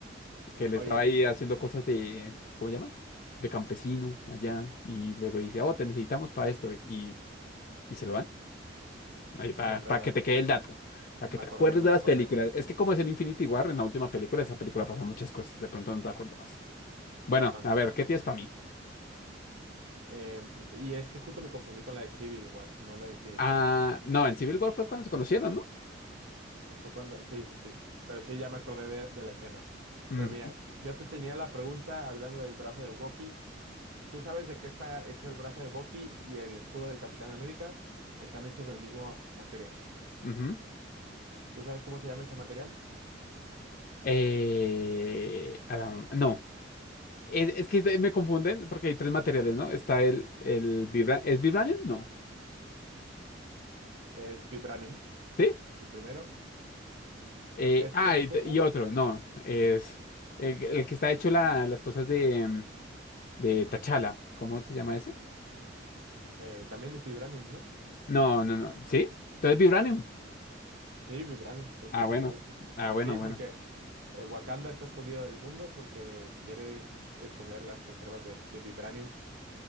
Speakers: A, on the left (about 45°); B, on the right (about 80°).
A: que le
B: Oye,
A: estaba ahí haciendo cosas de, ¿cómo se llama? De campesino allá. Y luego dice, oh, te necesitamos para esto. Y, y se lo dan. Ahí para,
B: es verdad.
A: para que te quede el dato. Para
B: Me
A: que te
B: acordé,
A: acuerdes
B: me
A: de
B: acordé
A: las películas. Es que como es en Infinity War, en la última película, esa película pasa muchas cosas. De pronto no te acordabas.
B: bastante.
A: Bueno, a ver, ¿qué tienes para mí?
B: Em, y es que justo me confundí con la de Civil War, no la de Infinity
A: Ah,
B: War.
A: no, en Civil War fue cuando se conocieron, ¿no?
B: Fue cuando, sí, sí, sí. Pero sí, ya me acordé de, de la escena.
A: Ujú,
B: Pero mira, yo te tenía la pregunta hablando del brazo de Bucky. ¿Tú sabes de qué está hecho el brazo de Bucky y el escudo del Capitán América? Están hechos del mismo material.
A: ujú.
B: ¿Tú sabes cómo se llama ese material?
A: Eh, ah, no, es, es que me confunden porque hay tres materiales, ¿no? Está el, el vibra- ¿es vibranium? No,
B: Es vibranium,
A: ¿sí?
B: el primero.
A: Eh,
B: ¿Es
A: ah,
B: tu respuesta?
A: y, y otro, no, es el, el que está hecho la- las cosas de, mm, de Tachala, ¿cómo se llama ese?
B: Eh, también es vibranium, ¿no?
A: No, no, no, ¿sí? Entonces vibranium.
B: Sí, vibranium, respuesta
A: Ah, bueno,
B: correcta.
A: ah, bueno,
B: Sí,
A: bueno,
B: porque eh, Wakanda está escondido del mundo porque quiere esconder las reservas de, de vibranium.